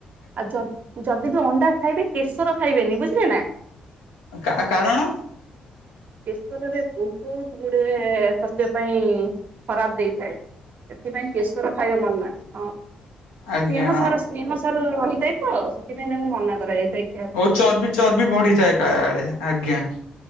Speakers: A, on the right; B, on the left.
A: ଆଉ ଯ ଯଦି ବି ଅଣ୍ଡା ଖାଇବେ କେଶର ଖାଇବେନି ବୁଝିଲେ ନା?
B: କା କାରଣ?
A: କେଶରରେ ବହୁତ ଗୁଡେ ସ୍ୱାସ୍ଥ୍ୟ ପାଇଁ ଖରାପ ଦେଇଥାଏ। ସେଥିପାଇଁ କେଶର ଖାଇବା ମନା ଅ
B: ଆଜ୍ଞା
A: ସ୍ନେହ ସାର ସ୍ନେହ ସା ତାର ରହିଥାଏ ତ ସେଥିପାଇଁ ତାଙ୍କୁ ମନା କରାଯାଇଥାଏ। ଖିଆ ପାଇଁ।
B: ଓ ଚର୍ବ ଚର୍ବି ବଢିଥାଏ କାଳେ ଆଜ୍ଞା।